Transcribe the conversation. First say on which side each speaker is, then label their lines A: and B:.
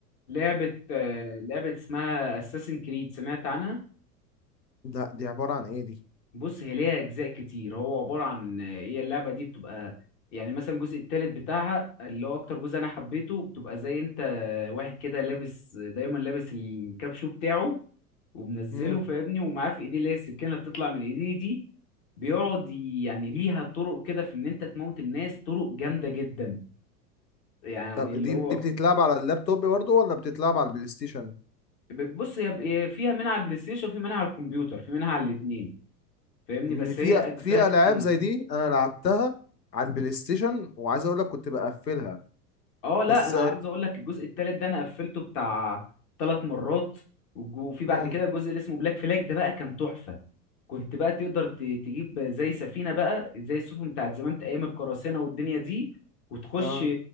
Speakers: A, on the left; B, on the left.
A: لعبة آه، لعبة اسمها اساسن كريد سمعت عنها
B: لا دي عبارة عن ايه دي
A: بص هي ليها اجزاء كتير هو عبارة عن آه، هي اللعبة دي بتبقى يعني مثلا الجزء التالت بتاعها اللي هو اكتر جزء انا حبيته بتبقى زي انت واحد كده لابس دايما لابس الكابشو بتاعه ومنزله
B: مم.
A: فاهمني ومعاه في ايديه اللي هي السكينة اللي بتطلع من ايديه دي بيقعد ي- يعني ليها طرق كده في ان انت تموت الناس طرق جامده جدا يعني
B: طب
A: اللي
B: دي
A: هو
B: دي بتتلعب على اللابتوب برضه ولا بتتلعب على البلاي ستيشن
A: بص هي ب- هي فيها منها على البلاي ستيشن وفي منها على الكمبيوتر في منها على الاتنين فاهمني
B: ان
A: بس
B: في
A: هي اجزاء
B: في
A: كتير
B: العاب زي دي انا لعبتها على البلاي ستيشن وعايز اقول لك كنت بقفلها
A: اه لا
B: بس
A: انا عاوز اقول لك الجزء التالت ده انا قفلته بتاع ثلاث مرات والج- وفي بعد
B: امم
A: كده جزء اللي اسمه بلاك فلاج ده بقى كان تحفه كنت بقى تقدر ت- تجيب زي سفينة بقى زي السفن بتاعت زمان أيام القراصنة والدنيا دي وتخش
B: اه